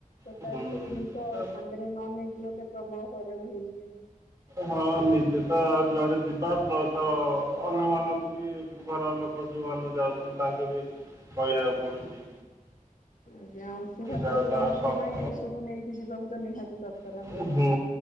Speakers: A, on the left; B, on the right.
A: ଜୋତା
B: ହୁଁ
A: ଏସବୁ
B: ଏଇଟା
A: ଜିନିଷ ସାଙ୍ଗେ ନ ନେଇକି ଗଲେ ପ୍ରବଳ ହଇରାଣ ହେଇଯିବେ।
B: ହଁ ନିଜେ ତ ଯୁଆଡେ ଯିବା ପ୍ଲସ ଅନ୍ୟ ମାନଙ୍କୁ ବି। ଘର ଲୋକ ଯୋଉମାନେ ଯାଉଛନ୍ତି ତାଙ୍କୁ ବି କହିବାକୁ ପଡୁଛି।
A: ଆଜ୍ଞା ଅଂଶୁଘାତରୁ
B: ଯାଅ ତା
A: ମୁକ୍ତି
B: ସହ
A: ପାଇଁ ଏଇସବୁ ନେଇକି ଯିବାକୁ ତ ନିହାତି ଦ <unintelligible>
B: ହୁଁ
A: ର